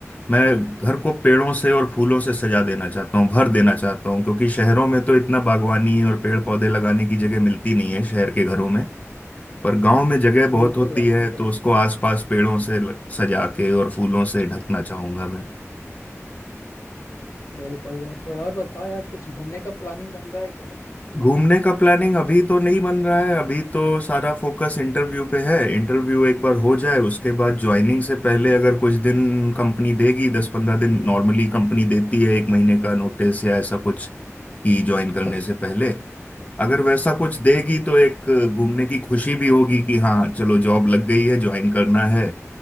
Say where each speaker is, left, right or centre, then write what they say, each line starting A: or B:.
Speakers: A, on the left; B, on the left.
A: मैं घर को पेड़ों से और फूलों से सजा देना चाहता हूँ भर देना चाहता हूँ क्योंकि शहरों में तो इतना बागवानी और पेड़ पौधे लगाने की जगह मिलती नहीं है शहर के घरों में पर गांव में जगह बहुत
B: बिल्कुल
A: होती
B: यार
A: है
B: बिल्कुल
A: तो उसको आसपास पेड़ों से ल- सजा के और फूलों से ढकना चाहूंगा मैं
B: बिल्कुल बिल्कुल और बताओ यार कुछ घूमने का प्लानिंग बन रहा है कि नहीं
A: घूमने का प्लानिंग अभी तो नहीं बन रहा है अभी तो सारा फोकस इंटरव्यू पे है इंटरव्यू एक बार हो जाए उसके बाद ज्वाइनिंग से पहले अगर कुछ दिन कंपनी देगी दस पंद्रह दिन नॉर्मली कंपनी देती है एक महीने का नोटिस या ऐसा कुछ कि ज्वाइन करने से पहले अगर वैसा कुछ देगी तो एक घूमने की खुशी भी होगी कि हाँ चलो जॉब लग गई है ज्वाइन करना है